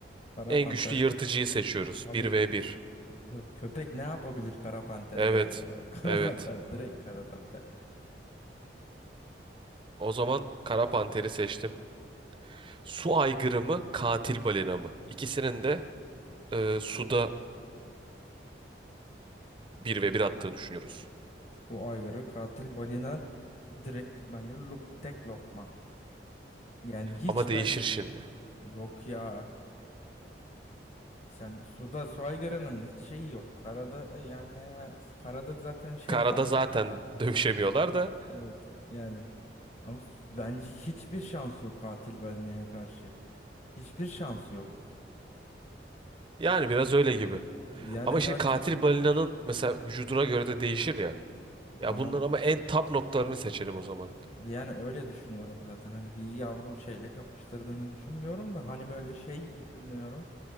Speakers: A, on the left (about 40°); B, on the right (about 30°).
A: Kara
B: En
A: panter.
B: güçlü yırtıcıyı seçiyoruz.
A: Abi
B: Bir v bir.
A: kö- köpek ne yapabilir kara pantere
B: Evet.
A: ya? <laughs> Kara
B: Evet.
A: panter direkt kara panter.
B: O zaman kara panteri seçtim. Su aygırı mı, katil balina mı? İkisinin de e, suda bir ve bir attığını düşünüyoruz.
A: Bu aygırı katil balina direkt bence lup tek lokma. Yani hiç
B: Ama değişir
A: ben
B: şimdi.
A: yok ya. Sen suda su aygırının hiç şeyi yok. Karada e, yani e, karada zaten şey
B: Karada
A: yapar
B: zaten
A: da.
B: <laughs> dövüşemiyorlar da
A: Evet yani ama s- bence hiçbir şansı yok katil balinaya karşı. Hiçbir şansı yok.
B: yani biraz öyle gibi.
A: Yani
B: Ama
A: zaten
B: şimdi katil balinanın mesela vücuduna göre de değişir ya. Ya
A: tamam
B: bunların ama en top noktalarını seçelim o zaman.
A: yani öyle düşünüyorum zaten. Hani bir yavru şeyle kapıştırdığını düşünmüyorum da hani böyle şeyi düşünüyorum.